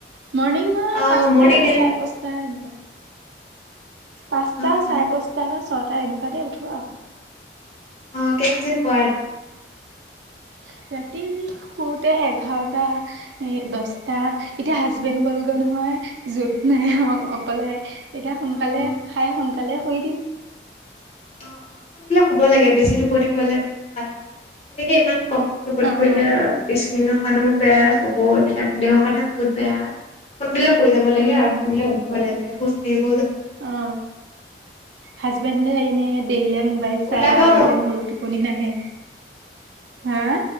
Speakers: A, on the right (about 80°); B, on the left (about 35°).
A: মৰ্ণিং মই
B: অ
A: পাঁচটা
B: মৰ্ণিং কেই
A: চাৰে পাঁচটা সনেকুৱা। পাঁচটা
B: অ অ
A: চাৰে পাঁচটা বা ছয়টা এনেকুৱাতে উঠো।
B: অ কেটা বজাত শুৱা ৰাতি
A: <unintelligible> ৰাতি শুওঁতে এঘাৰটা দছটা এতিয়া হাজবেণ্ড গ'লগৈ নহয়। য'ত নাই
B: উম
A: অকলে তেতিয়া সোনকালে
B: অ অ
A: খাই সোনকালে শুই দিম।
B: অ অ সোনকালে শুব লাগে বেছি টোপনি গলে মানে ভাল আৰু এনেকে ইমান। কম কম টোপনি
A: অ',
B: কৰিলে স্কিনৰ মানুহো বেয়া চক এইবিলাক। দেহৰ কাৰণে বহুত বেয়া সোনকালে শুই যাব
A: উম
B: লাগে আৰু সোনকালে উঠিব লাগে খোজ কাঢ়িব।
A: অ হাজবেণ্ডে এনেই দেৰি মোবাইল
B: ওলাবা
A: চাই তাৰ লগতে মোৰো টোপনি নাহে। হা